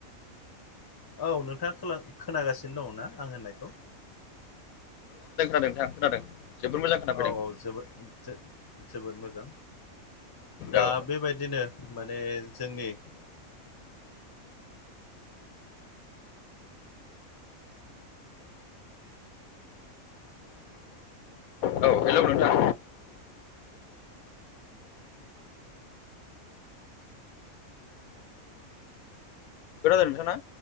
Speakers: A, on the left (about 20°); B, on the left (about 80°).
A: औ नोंथाङा खोला खोनागासिनो दङना आं होननायखौ
B: नोंथां खोनादों जोबोद मोजां खोनाफैदों
A: औ औ जोबोद जो जोबोद मोजां दा
B: औ
A: बेबायदिनो माने जोंनि
B: औ हेलौ नोंथां खोनादों नोंथां ना